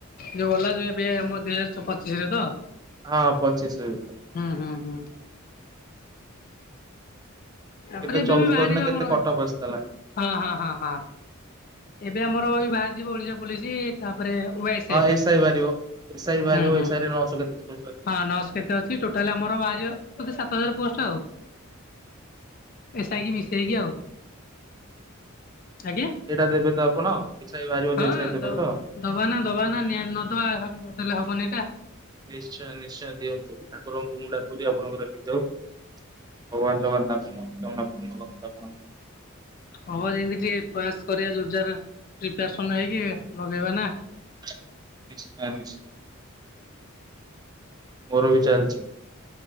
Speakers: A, on the left; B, on the right.
A: ଯୋଉ ଗଲା ଯେ ଏବେ ମ ଦୁଇ ହଜାର ପଚିଶ ରେ ତ?
B: ହଁ ପଚିଶରେ
A: ହୁଁ ହୁଁ ହୁଁ ତାପରେ
B: କେତେ
A: ଏବେ
B: ଚଉସ୍ତରୀ
A: ବି ବାହାରିବା
B: ନା କେତେ
A: ଆମର ହଁ
B: କଟଅଫ୍ ଆସିଥିଲା
A: ହଁ ହଁ ହଁ ଏବେ ଆମର ଏଇ ବାହାରି ଯିବ ଓଡିଶା ପୋଲିସ ତାପରେ ଓଏସଏଫ
B: ହଁ ଏସ୍ ଆଇ ବାହାରିବ ଏସ୍ ଆଇ ବାହାରିବ
A: ହୁଁ ହୁଁ।
B: ଏସ ଆଇରେ ନଅ ଶହ କେତେ ପୋଷ୍ଟ ଅଛି।
A: ହଁ ନଅଶହ କେତେ ଅଛି ଟୋଟାଲ ଆମର ବାହାରିଵ ବୋଧେ ସାତ ହଜାର ପୋଷ୍ଟ ଆଉ। ଏସ ଆଇ କି ମିଶେଇକି ଆଉ। ଆଜ୍ଞା।
B: ଏଟା ଦେବେ ତ ଆପଣ? ଏସ୍ ଆଇ ବାହାରିବ ଯୋଉ
A: ହଁ
B: ଏସ୍ ଆଇ ଦେବେ
A: ଦବ
B: ତ?
A: ଦବାନା ଦବାନା ନିହାତି ନଦବା ନଦେଲେ ହବନି ଏଟା।
B: ନିଶ୍ଚୟ ନିଶ୍ଚୟ ଦିଅନ୍ତୁ। ଠାକୁରଙ୍କୁ ମୁଁ ଡାକୁଛି ଆପଣଙ୍କର ହେଇଯାଉ। ଭଗବାନ ଜଗନ୍ନାଥ ମନସ୍କାମନା ପୂର୍ଣ୍ଣ କରନ୍ତୁ ଆପଣଙ୍କର।
A: ହବ ଯେମିତି ଟିକେ ପ୍ରୟାସ କରିବା ଯୋରର୍ଯାର ପ୍ରିପାରେଶନ ହେଇକି ଲଗେଇବା ନା
B: ନିଶ୍ଚୟ ନିଶ୍ଚୟ। ମୋର ବି ଚାଲିଛି।